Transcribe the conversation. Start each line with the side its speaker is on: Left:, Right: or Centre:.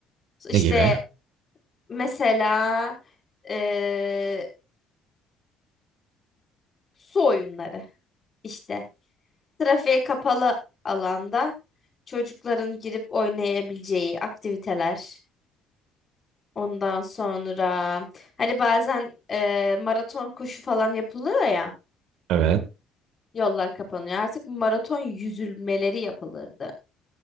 Left: İşte
Right: Ne gibi?
Left: mesela ee, su oyunları işte. Trafiğe kapalı alanda çocukların girip oynayabileceği aktiviteler. Ondan sonra hani bazen e, maraton koşu falan yapılıyor ya.
Right: Evet.
Left: Yollar kapanıyor. Artık maraton yüzülmeleri yapılırdı.